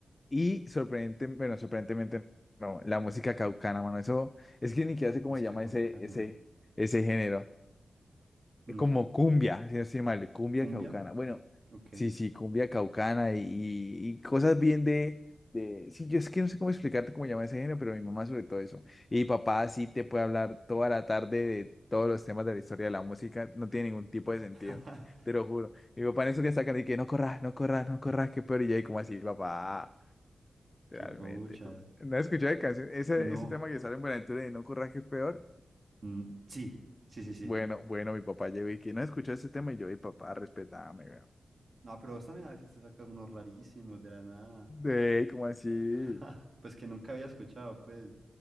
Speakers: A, on the left (about 30°); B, on the right (about 50°).
A: Y sorprendente, bueno, sorprendentemente no, la música caucana, mano, eso es que ni siquiera sé cómo
B: música
A: se llama
B: caucana.
A: ese, ese, ese género.
B: Mm,
A: Es Como cumbia, si no estoy mal, cumbia
B: ¿Cumbia?
A: caucana. Bueno,
B: Ok.
A: sí, sí, cumbia caucana y, y cosas bien de, de... Sí, yo es que no sé cómo explicarte cómo se llama ese género, pero mi mamá sobre todo eso. Y mi papá sí te puede hablar toda la tarde de todos los temas de la historia de la música, no tiene ningún tipo de sentido,
B: <laughs>
A: te lo juro. Mi papá en esos días sacan y que no corras, no corras, no corras, qué peor. Y yo ahí como así, papá. Literalmente.
B: Qué pucha.
A: No escuché canción. Ese,
B: No.
A: ese tema que sale en Buenaventura de No Curra que es peor.
B: Mm, sí, sí, sí, sí.
A: Bueno, bueno, mi papá llegó y que no escuchó ese tema y yo, y papá, respetame, weón.
B: No, pero vos también a veces te sacas unos rarísimos de la nada.
A: De, ¿cómo así?
B: <laughs> Pues que nunca había escuchado, pues.